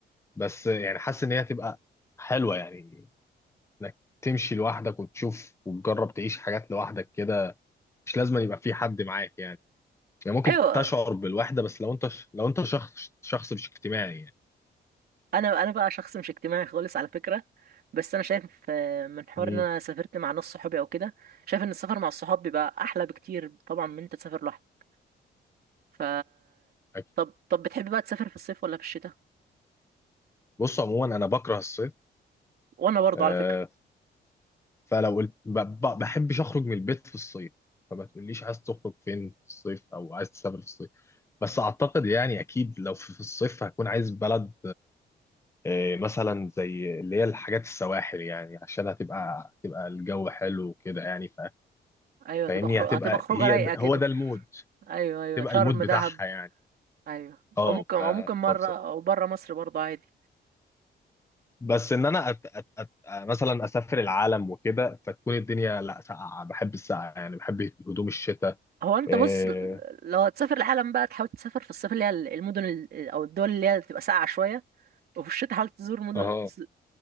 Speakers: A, on the left; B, on the right.
A: بس يعني حاسس ان هي هتبقى حلوة يعني انك تمشي لوحدك وتشوف وتجرب تعيش حاجات لوحدك كده مش لازم يبقى في حد معاك يعني يعني ممكن
B: ايوه
A: تشعر بالوحدة بس لو انت لو انت شخص شخص مش اجتماعي يعني
B: انا انا بقى شخص مش اجتماعي خالص على فكره بس انا شايف آه، من حوار
A: امم
B: ان انا سافرت مع ناس صحابي او كده شايف ان السفر مع الصحاب بيبقى احلى بكتير طبعا من انت تسافر لوحدك ف
A: أكيد.
B: طب طب بتحب بقى تسافر في الصيف ولا في الشتاء
A: بص عموما انا بكره الصيف
B: وانا برضه
A: آه
B: على فكره
A: فلو قلت ب- ب- بحبش اخرج من البيت في الصيف فما تقوليش عايز تخرج فين في الصيف او عايز تسافر في الصيف بس اعتقد يعني اكيد لو في في الصيف هكون عايز بلد إيه، مثلا زي اللي هي الحاجات السواحل يعني عشان هتبقى هتبقى الجو حلو وكده يعني ف-
B: ايوه
A: فاهمني
B: هتبقى خروج
A: هتبقى
B: هتبقى خروجه
A: هي
B: رايقه
A: د-
B: كده
A: هو ده المود
B: ايوه ايوه
A: تبقى
B: شرم
A: المود بتاعها
B: دهب
A: يعني
B: ايوه
A: اه
B: او ممكن او
A: ف
B: ممكن مره
A: فبصراحة
B: او بره مصر برضه عادي
A: بس ان انا أت أت أت مثلا اسافر العالم وكده فتكون الدنيا لا ساقعه بحب السقعه يعني بحب هدوم الشتاء
B: هو انت
A: إيه،
B: بص لو هتسافر العالم بقى تحاول تسافر في الصيف اللي هي المدن ال- او الدول اللي هي بتبقى ساقعه شويه وفي الشتاء حاول تزور مدن
A: اها
B: تس-